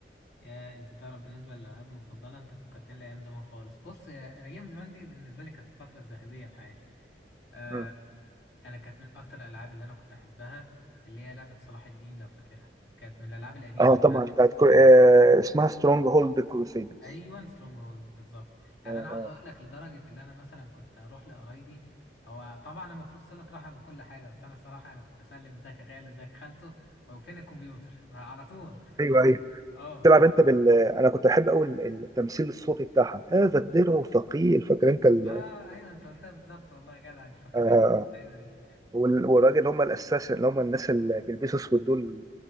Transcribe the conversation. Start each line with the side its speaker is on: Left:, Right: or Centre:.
Left: يا انت تعرف بالنسبة للالعاب المفضلة انت فكرتني لايام زمان خالص بص يا- ايام زمان دي بالنسبة لي كانت الفترة الذهبية في حياتي آه،
Right: مم.
Left: انا كانت من اكتر الالعاب اللي انا كنت احبها اللي هي لعبه صلاح الدين لو فاكرها كانت من الالعاب القديمه
Right: اه طبعا
Left: بتاعت
Right: بتاعت
Left: ال-
Right: كر... آه اسمها سترونج هولد كروسيدرز
Left: ايوه سترونج هولد بالظبط يعني
Right: اه
Left: انا عاوز
Right: اه
Left: اقول لك لدرجه اللي انا مثلا كنت اروح لقرايبي هو طبعا المفروض صله رحم وكل حاجه بس انا الصراحه انا كنت اسلم ازيك يا خالد ازيك يا خالته هو فين الكمبيوتر <laughs> على طول
Right: ايوه ايوه
Left: اه فانا
Right: تلعب انت بال انا كنت بحب قوي التمثيل الصوتي بتاعها هذا الدرع ثقيل فاكر انت ال...
Left: اه ايوه انت قلتها بالظبط والله يا جدع انت فكرتني
Right: آه...
Left: ايوه دي
Right: وال- والراجل اللي هم الاساس اللي هم الناس اللي بيلبسوا اسود دول